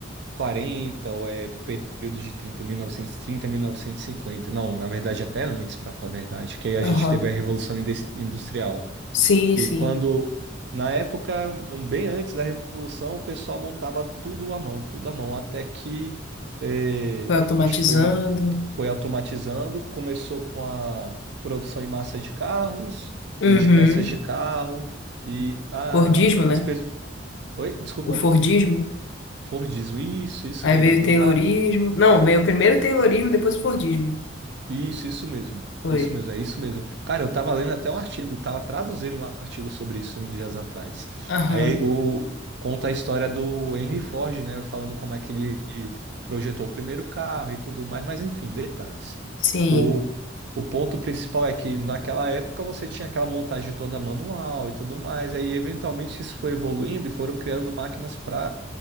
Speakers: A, on the right (about 60°); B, on the left (about 70°).
A: 40 ou é período de trinta trinta mil mil novecentos e trinta, mil novecentos e cinquenta, Não, na verdade até antes, para falar a verdade, que aí a gente
B: Aham.
A: teve a Revolução Indes- Industrial,
B: Sim,
A: que
B: sim.
A: quando na época, um, bem antes da Revolução, o pessoal montava tudo à mão, tudo à mão, até que eh,
B: Foi automatizando.
A: acho que foi foi automatizando, começou com a produção em massa de carros
B: Uhum.
A: e de peças de carro e ah,
B: Fordismo, né?
A: as pessoas. Oi, desculpa.
B: O Fordismo.
A: Fordismo, isso, isso
B: Aí
A: mesmo.
B: veio o Taylorismo.
A: Eu tava
B: Não, veio primeiro o Taylorismo, depois o Fordismo.
A: Isso, isso mesmo.
B: Foi.
A: Isso mesmo, é isso mesmo. Cara, eu tava lendo até um artigo, tava traduzindo um artigo sobre isso uns dias atrás.
B: Aham,
A: Aí o conta a história do Henry Ford, né, falando como é que ele projetou o primeiro carro e tudo mais, mas enfim, detalhes.
B: sim.
A: O, o ponto principal é que naquela época você tinha aquela montagem toda manual e tudo mais, aí eventualmente isso foi evoluindo e foram criando máquinas para